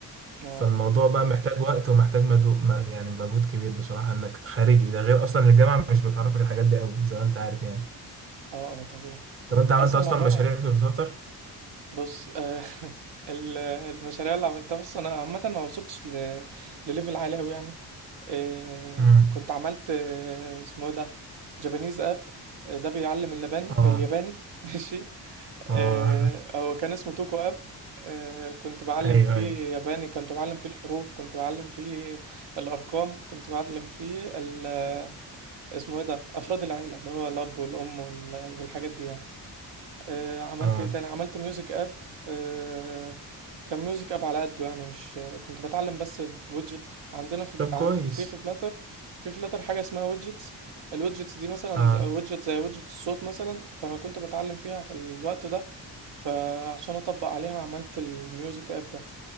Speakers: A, on the right; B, on the right.
A: اه
B: فالموضوع بقى محتاج وقت ومحتاج مدو... ما- يعني مجهود كبير بصراحة انك خارجي ده غير اصلا الجامعة مش بتعرفك الحاجات دي قوي زي ما انت عارف يعني
A: اه اه طبيعي
B: طب انت عملت
A: اصلا
B: اصلا
A: الموضوع
B: مشاريع في الفترة
A: بص آه، <laughs> ال- المشاريع اللي عملتها بص انا عامه ما وصلتش ل- لليفل عالي قوي يعني آه،
B: امم
A: كنت عملت آه، اسمه ايه ده جابانيز اب ده بيعلم اللباني
B: اه
A: الياباني <laughs> ماشي آه،
B: اه
A: هو كان اسمه توكو اب آه، كنت بعلم
B: ايوه
A: فيه
B: ايوه
A: ياباني كنت بعلم فيه الحروف كنت بعلم فيه الارقام كنت بعلم فيه ال- آه، اسمه ايه ده افراد العيله اللي هو الاب والام وال- والحاجات دي يعني آه، عملت
B: اه
A: ايه تاني عملت ميوزك اب آه، كان ميوزك اب على قده يعني مش كنت بتعلم بس بويدجت عندنا في
B: طب
A: ع-
B: كويس
A: في في فلاتر في فلاتر حاجه اسمها ويدجتس الويدجتس دي مثلا
B: اه
A: ويدجت زي ويدجت الصوت مثلا فانا كنت بتعلم فيها في الوقت ده فعشان اطبق عليها عملت الميوزك اب ده